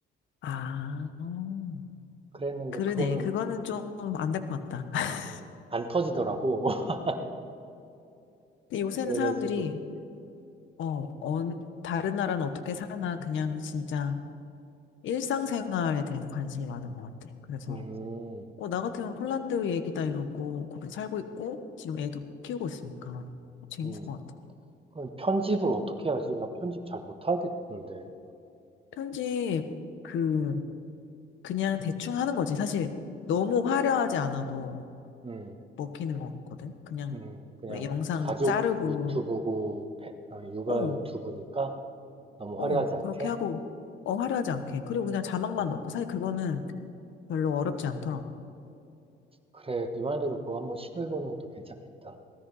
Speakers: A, on the left; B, on the right.
A: 아, 음.
B: 그랬는데
A: 그러네.
B: 그거는
A: 그거는 좀 안 될 것 같다. <laughs>
B: 음, 안 터지더라고. <laughs>
A: 근데 요새는
B: 그래가지고
A: 사람들이 어, 어, 다른 나라는 어떻게 사나, 그냥 진짜 일상생활에 대해서 관심이 많은 것 같아. 그래서,
B: 음,
A: 어, 나 같으면 폴란드 얘기다 이러고, 거기 살고 있고, 지금 애도 키우고 있으니까. 재밌을
B: 음.
A: 것 같아.
B: 그럼 편집을 어떻게 하지? 나 편집 잘 못하겠던데.
A: 편집, 그, 그냥 대충 하는 거지. 사실, 너무 화려하지 않아도
B: 음,
A: 먹히는 것 같거든. 그냥,
B: 음, 그냥
A: 왜 영상
B: 가족
A: 자르고,
B: 유튜브고 페- 어, 육아
A: 어,
B: 유튜브니까 너무
A: 어,
B: 화려하지 않게.
A: 그렇게 하고, 어, 화려하지 않게. 그리고 그냥 자막만
B: 음,
A: 넣고, 사실 그거는 별로 어렵지 않더라고.
B: 그래, 네 말대로 그거 한번 시도해보는 것도 괜찮겠다.